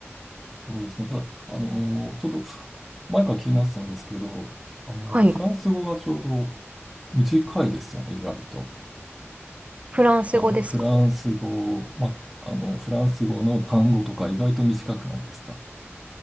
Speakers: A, in the centre; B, on the right.
A: そうですね、ただ、あのーちょっと前から気になってたんですけど、あの、
B: はい。
A: フランス語がちょうど短いですよね、意外と。
B: フランス語ですか
A: あの、フランス語、ま、あの、フランス語の単語とか意外と短くないですか。